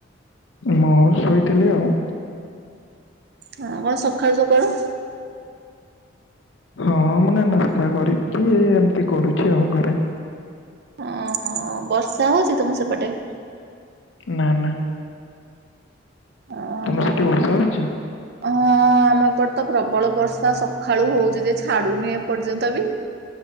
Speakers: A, on the left (about 70°); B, on the right (about 55°).
A: ମୁଁ ଶୋଇଥିଲି ଆଉ।
B: ହଁ ମ ସଖାଳୁ ସକାଳୁ କିଛି କହିନାହାନ୍ତି
A: ହଁ ମାନେ ନସ୍ତା କରିକି ଏମିତି ଗଡୁଛି ଆଉ ଘରେ।
B: ଅହୋ ବର୍ଷା ହଉଛି ତମ ସେପଟେ?
A: ନା ନା।
B: ଓହୋ
A: ତମ ସେଠି
B: ହଁ
A: ବର୍ଷା ହଉଛି?
B: ଆମ ଏପଟ ତ ପ୍ରବଳ ବର୍ଷା ସକାଳୁ ହଉ ଛି ଜେ ଛାଡୁନି ଏପର୍ଯ୍ୟନ୍ତ ବି।